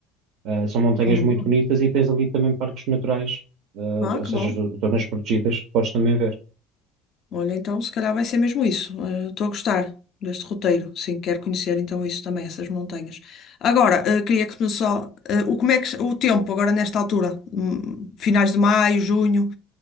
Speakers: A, on the right (about 65°); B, on the left (about 45°).
A: Uh, são montanhas
B: Boa.
A: muito bonitas e tens ali também parques naturais, uh,
B: Ah,
A: ou seja,
B: que bom.
A: zo- zonas protegidas que podes também ver.
B: Olha, então, se calhar vai ser mesmo isso. Eh, Estou a gostar deste roteiro. Sim, quero conhecer então isso também, essas montanhas. Agora, eh, queria que me só. eh, o, como é que, o tempo agora nesta altura? Hum, finais de maio, junho.